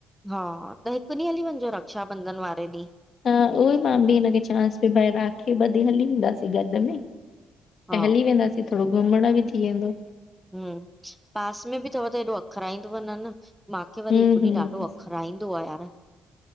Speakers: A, in the centre; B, on the left.
A: हा त, हिक ॾींह हली वञजो रक्षाबंधन वारे ॾींह।
B: हा उहोई मां बि हिन खे चवांस पइ भई राखी ॿधे हली ईदासीं गॾ में।
A: हा
B: त हली वेंदासीं, थोड़ो घुमण ॿि थी वेंदो।
A: हूं, पास में बि तव त हेॾो अखराईंदोव न न। मां खे वरी
B: हम्म
A: हिक ॾींह
B: हम्म
A: ॾाढो अखराईंदो आह यार।